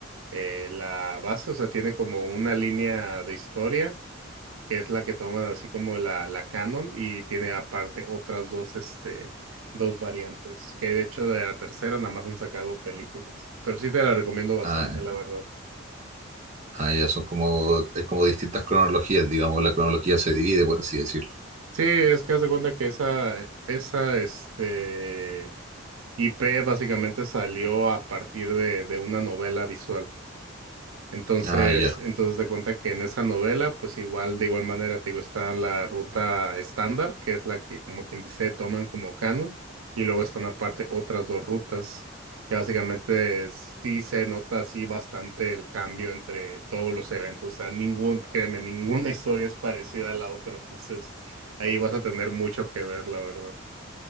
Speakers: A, on the right; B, on the right.
A: eh, la base, o sea, tiene como una línea de historia, que es la que toman así como la, la canon, y tiene aparte otras dos, este, dos variantes, que de hecho de la tercera nada más han sacado películas. Pero sí te la recomiendo bastante,
B: Ah,
A: la verdad.
B: ah, ya son como, es como distintas cronologías, digamos, la cronología se divide, por así decirlo.
A: Sí, es que haz de cuenta que esa, esa, este, IP básicamente salió a partir de, de una novela visual. Entonces,
B: Ah, ya.
A: entonces de cuenta que en esa novela, pues igual, de igual manera, te digo, está la ruta estándar, que es la que, como quien dice, toman como canon, y luego están aparte otras dos rutas, que básicamente sí se nota así bastante el cambio entre todos los eventos, o sea, ningún, créeme, ninguna <laughs> historia es parecida a la otra, entonces ahí vas a tener mucho que ver, la verdad.